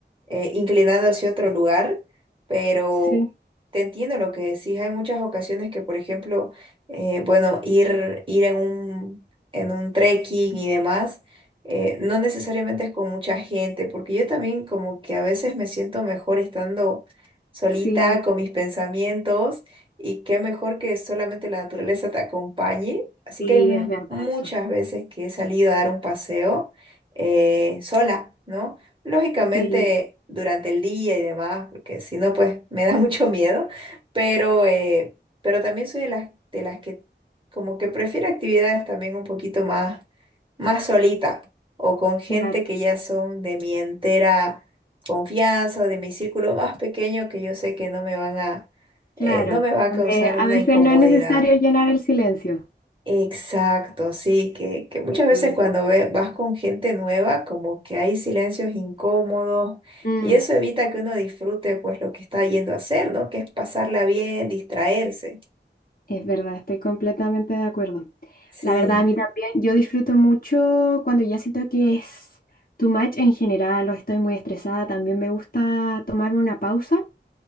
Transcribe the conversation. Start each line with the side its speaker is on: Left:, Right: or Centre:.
Right: eh, inclinando hacia otro lugar, pero
Left: Sí,
Right: te entiendo lo que decís. Hay muchas ocasiones que, por ejemplo, eh, bueno, ir, ir en un, en un trekking y demás, eh, no necesariamente es con mucha gente, porque yo también como que a veces me siento mejor estando solita
Left: sí,
Right: con mis pensamientos. Y qué mejor que solamente la naturaleza te acompañe. Así
Left: sí,
Right: que hay mu-
Left: es verdad
Right: muchas
Left: eso.
Right: veces que he salido a dar un paseo eh, sola, ¿no? Lógicamente
Left: Sí,
Right: durante el día y demás, porque si no, pues me da <laughs> mucho miedo, pero, eh, pero también soy de las, de las que como que prefiero actividades también un poquito más, más solita o con gente
Left: claro.
Right: que ya son de mi entera confianza o de mi círculo más pequeño que yo sé que no me van a, eh,
Left: Claro,
Right: no me va a
Left: donde
Right: causar
Left: a
Right: una
Left: veces
Right: incomodidad.
Left: no es necesario llenar el silencio.
Right: Exacto, sí, que, que muchas
Left: Sí,
Right: veces
Left: es
Right: cuando
Left: verdad.
Right: ve- vas con gente nueva, como que hay silencios incómodos
Left: Mm,
Right: y eso evita que uno disfrute pues lo que está yendo a hacer, ¿no? Que es pasarla bien, distraerse.
Left: es verdad, estoy completamente de acuerdo.
Right: Sí,
Left: La verdad, a mí también, yo disfruto mucho cuando ya siento que es too much en general o estoy muy estresada. También me gusta tomarme una pausa